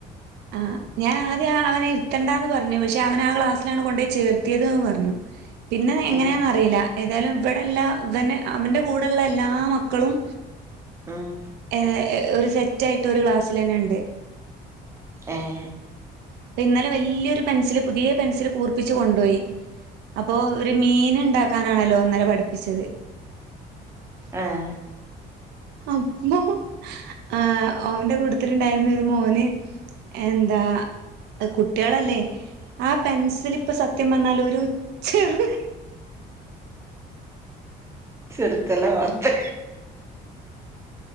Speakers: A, on the right; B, on the right.
A: ആഹ് ഞാനാ ആദ്യ ആഹ് അവനെ ഇരുത്തണ്ടാന്ന് പറഞ്ഞു. പക്ഷേ അവനെ ആഹ് ക്ലാസ്സിലാണ് കൊണ്ടയി ചേർത്തിയത് ന്ന് പറഞ്ഞു. <inaudible> പിന്നെ എങ്ങനെയാന്നറിയില്ല.
B: ഏഹ്
A: ഏതായാലും ഇവടെ എല്ലാ ഇവന് അവൻ്റെ കൂടെള്ള എല്ലാ മക്കളും
B: ആഹ്
A: ഏഹ് ഒരു സെറ്റ് ആയിട്ട് ഒരു ക്ലാസ്സിലെന്നെ ഇണ്ട്
B: ഏഹ്
A: ഇപ്പ ഇന്നലെ വെല്ലിയൊരു പെൻസില്, പുതിയ പെൻസില് കൂർപ്പിച്ച്കൊണ്ടോയി അപ്പോ ഒര് മീൻ ഇണ്ടാക്കാനാണല്ലോ ഇന്നല പഠിപ്പിച്ചത്
B: ആഹ്
A: അപ്പോ ആഹ് ഓന്റെ കൂട്ടത്തില്ണ്ടായിരുന്ന ഒരു മോന് എന്താ കുട്ടികളല്ലേ? ആഹ് പെൻസിലിപ്പ സത്യം പർഞ്ഞാല് ഒരു ചെറ്യ
B: ചിർക്കല്ലേ ഓർത്ത്